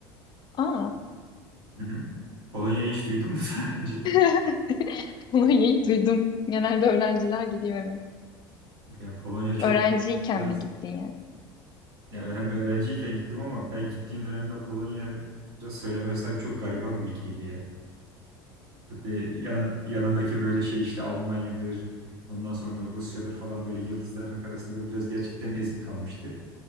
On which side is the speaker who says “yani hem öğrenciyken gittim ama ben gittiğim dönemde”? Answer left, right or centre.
Right